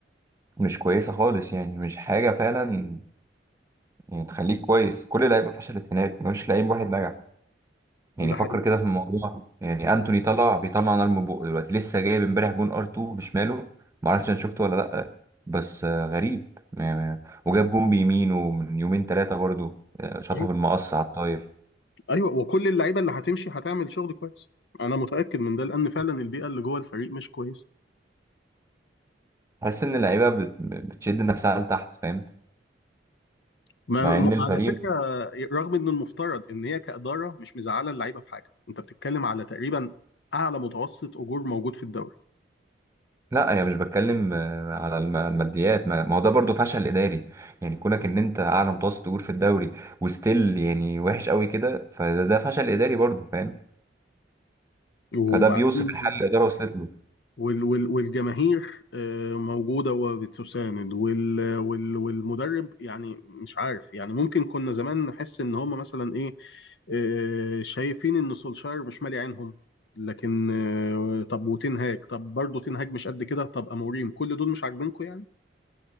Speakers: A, on the right; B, on the left.
A: مش كويسه خالص يعني مش حاجه فعلا يعني تخليك كويس كل اللعيبه فشلت هناك مفيش لعيب واحد نجح يعني
B: ده
A: فكر
B: حقيقي
A: كده في الموضوع يعني انتوني طلع بيطلع نار من بقه دلوقتي لسه جايب امبارح جون ار 2 بشماله ما اعرفش انا شفته ولا لا بس آه، غريب ما- ما- وجاب جون بيمينه من يومين ثلاثه برضو آه، شاطها
B: حقيقي.
A: بالمقص على الطاير
B: ايوه وكل اللعيبه اللي هتمشي هتعمل شغل كويس انا متاكد من ده لان فعلا البيئه اللي جوه الفريق مش كويسه
A: تحس ان اللعيبه بت- بتشد نفسها لتحت فاهم
B: ما
A: مع
B: م-
A: ان الفريق
B: على فكره رغم ان المفترض ان هي كاداره مش مزعله اللعيبه في حاجه انت بتتكلم على تقريبا اعلى متوسط اجور موجود في الدوري
A: لا انا مش بتكلم آه، على الم- الماديات ما ما هو ده برضو فشل اداري يعني كونك ان انت اعلى متوسط اجور في الدوري وستيل يعني وحش قوي كده فده ده فشل اداري برضو فاهم
B: وبعدين
A: فده بيوصف الحل اللي الإدارة وصلت له
B: وال وال والجماهير آه، موجوده وبتساند وال وال والمدرب يعني مش عارف يعني ممكن كنا زمان نحس ان هم مثلا ايه آه، شايفين ان سولشاير مش مالي عينهم لكن آه، طب وتنهاج طب برضه تنهاج مش قد كده طب اموريم كل دول مش عاجبينكم يعني